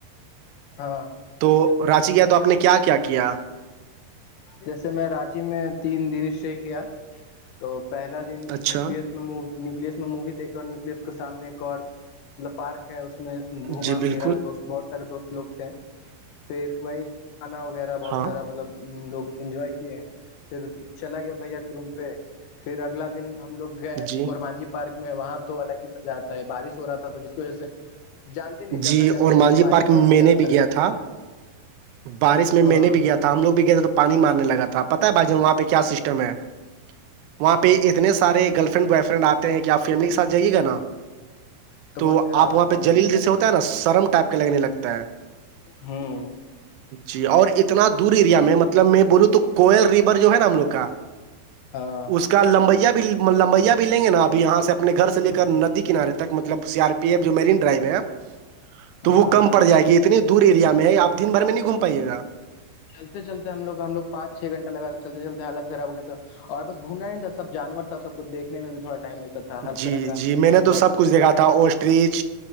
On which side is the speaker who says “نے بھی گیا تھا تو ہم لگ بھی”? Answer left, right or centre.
Right